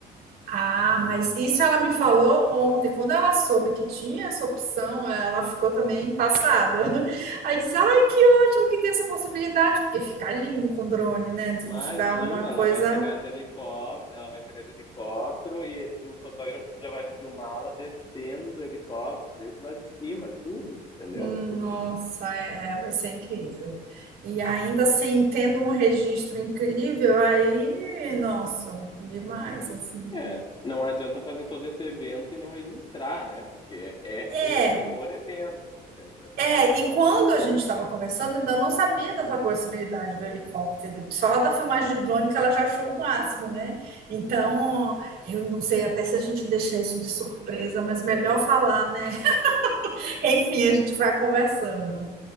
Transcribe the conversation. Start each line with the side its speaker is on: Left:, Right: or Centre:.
Right: Ah, mas isso ela me falou ontem. Quando ela soube que tinha essa opção, ela ficou também passada. <laughs> Aí diz: Ai, que ótimo que tem essa possibilidade, porque fica lindo com drone, né? Tudo
Left: Imagina,
Right: dá uma
Left: ela
Right: coisa
Left: vai chegar de helicóptero, ela vai chegar de helicóptero e ele- o fotógrafo já vai filmá-la descendo do helicóptero, desde lá de cima, tudo, entendeu?
Right: Nossa,
Left: Tudo.
Right: é, vai ser incrível. E ainda assim, tendo um registro incrível, aí, nossa, demais, assim.
Left: É, não adianta fazer todo esse evento e não registrar, né? Porque é
Right: É,
Left: o senhor evento que a gente vai fazer.
Right: é, e quando a gente estava conversando, eu ainda não sabia dessa possibilidade do helicóptero. Só da filmagem de drone que ela já achou o máximo, né? Então, eu não sei até se a gente deixa isso de surpresa, mas melhor falar, né? <laughs> Enfim, a gente vai conversando.